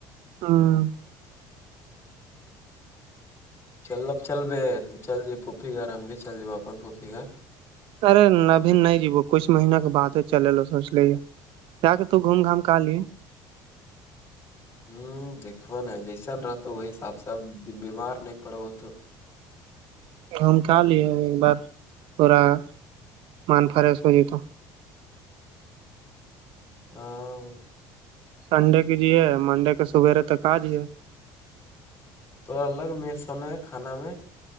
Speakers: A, on the right (about 70°); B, on the left (about 25°).
A: ہاں
B: <inaudible>
A: <inaudible> <inaudible>
B: <inaudible>
A: گوم لیا ایک بار پورا من فریش ہو جائے تو
B: ہاں
A: سنڈے کی جی ہے منڈے کے سویرے تک آجے
B: تو الگ مسن ہے کھانا میں